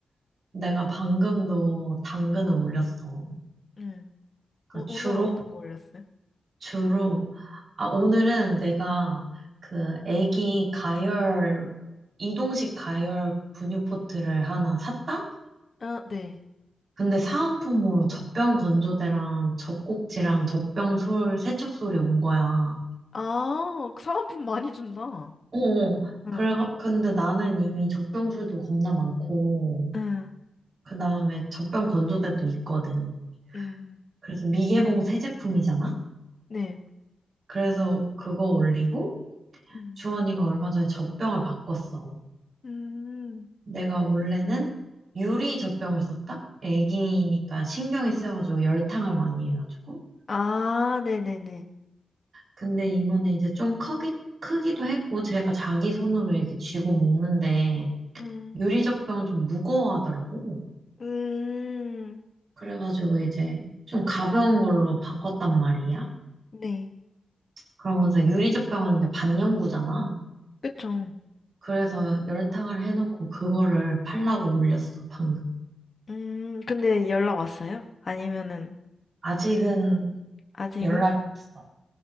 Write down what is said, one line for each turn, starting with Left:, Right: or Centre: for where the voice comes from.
Right: 내가 방금도 당근을
Left: 응.
Right: 올렸어.
Left: 응.
Right: 그러니까
Left: 오,
Right: 주로
Left: 오늘은 어떤 거 올렸어요?
Right: 주로
Left: 응.
Right: 아 오늘은 내가 그 애기 가열 이동식 가열 분유포트를 하나 샀다.
Left: 아, 네.
Right: 근데 사은품으로 젖병 건조대랑 젖꼭지랑 젖병 솔 세척솔이 온 거야.
Left: 아, 사은품 많이 준다.
Right: 어, 그래,
Left: 응.
Right: 근데 나는 이미 젖병줄도 겁나 많고,
Left: 응,
Right: 그 다음에 젖병 건조대도 있거든.
Left: 응
Right: 그래서 미개봉 새 제품이잖아?
Left: 네.
Right: 그래서 그거 올리고,
Left: 음,
Right: 주원이가 얼마 전에 젖병을 바꿨어.
Left: 음.
Right: 내가 원래는 유리 젖병을 썼다? 애기니까 신경이 쓰여가지고 열탕을 많이 해가지고.
Left: 아, 네네네.
Right: 근데 이번에 이제 좀 크기, 크기도 했고, 제가 자기 손으로 이렇게 쥐고 먹는데,
Left: 음,
Right: 유리 젖병은 좀 무거워하더라고.
Left: 음,
Right: 그래가지고 이제 좀 가벼운 걸로 바꿨단 말이야.
Left: 네.
Right: 그러면서 유리젖병은 이제 반영구잖아.
Left: 그쵸.
Right: 그래서 열탕을 해놓고 그거를 팔라고 올렸어, 방금.
Left: 음, 근데 연락 왔어요? 아니면은,
Right: 아직은
Left: 아직은?
Right: 연락이 없어.